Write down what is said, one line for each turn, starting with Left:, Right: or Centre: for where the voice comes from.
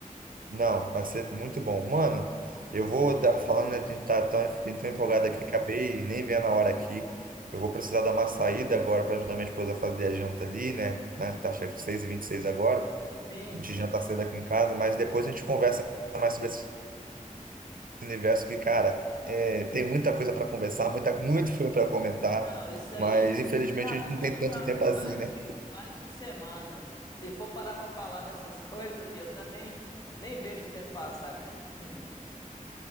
Right: Não, vai ser muito bom. Mano, eu vou dar, falando, a gente tá tão, fiquei tão empolgado
Left: Hum,
Right: aqui, acabei nem vendo a hora aqui. Eu vou precisar dar uma saída agora para ajudar minha esposa a fazer a janta ali, né? Né, Tá chegando seis e vinte e seis agora.
Left: Sim,
Right: A gente
Left: sim.
Right: janta cedo aqui em casa, mas depois a gente conversa mais sobre esse universo que, cara, é, tem muita coisa para conversar, muita, muito <laughs> filme para comentar,
Left: Não, isso aí
Right: mas infelizmente
Left: é assunto
Right: a gente não tem tanto
Left: para
Right: tempo assim,
Left: mais
Right: né?
Left: de mais de semana. Se for parar para falar dessas <laughs> coisas, fi, eu também nem vejo o tempo passar, cara. <laughs>